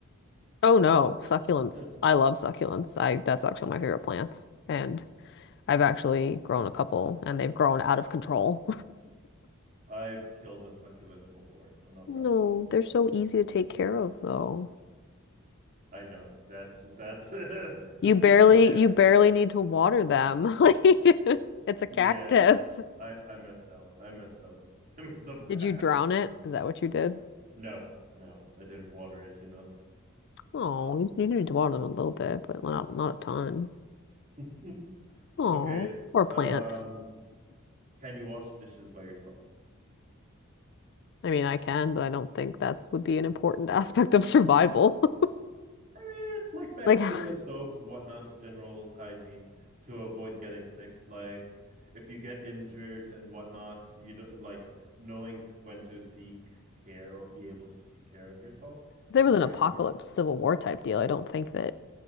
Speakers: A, on the left; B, on the right.
A: Oh no, succulents.
B: <laughs>
A: I love succulents. I that's actually my favorite plants. And I've actually grown a couple and they've grown out of control.
B: I've killed a succulent before. I'm not
A: No,
B: proud.
A: they're so easy to take care of though.
B: I know. That's that's <laughs> the
A: You
B: statement
A: barely
B: there.
A: you barely need to water them. <laughs> Like it's a cactus.
B: Yeah, I I messed out. I messed up. <laughs> I messed up bad.
A: Did you drown it? Is that what you did?
B: No, no, I didn't water it enough.
A: Oh, you, you need to water them a little bit, but not not a ton.
B: <laughs>
A: Oh,
B: Okay.
A: or plant.
B: Um, can you wash dishes by yourself?
A: I mean, I can, but I don't think that's would be an important <laughs> aspect of survival. <laughs>
B: I mean, it's like bacteria,
A: Like <sighs> if
B: soap, whatnot, general hygiene to avoid getting sick. Like, if you get injured and whatnot, you don't like knowing when to seek care or be able to take care of yourself
A: there
B: is
A: was
B: very
A: an apocalypse
B: important.
A: Civil War type deal, I don't think that